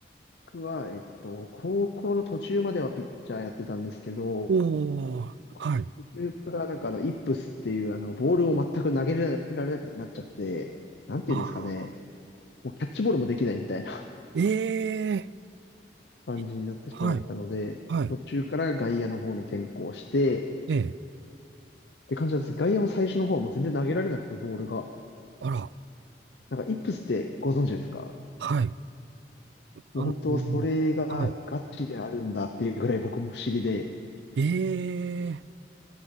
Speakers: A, on the left; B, on the right.
A: 僕は、えっと、高校の途中まではピッチャーやってたんですけど、
B: おー、
A: 高校の途中からなんかあの、
B: はい。
A: イップスっていうあの、ボールを全く投げられなくなっちゃって、なんていうんですかね、
B: ああ、
A: もうキャッチボールもできないみたいな
B: ええ、
A: <laughs> 感じになってしまったので、
B: いはい、はい、
A: 途中から外野の方に転向して、っ
B: ええ。
A: て感じなんです。外野も最初の方はもう全然投げられなくて、ボールが。
B: あら、
A: なんか、イップスってご存知ですか
B: はい。あの、
A: もう本当、それがガチであるんだっていうぐらい僕も不思議で、
B: はい。ええ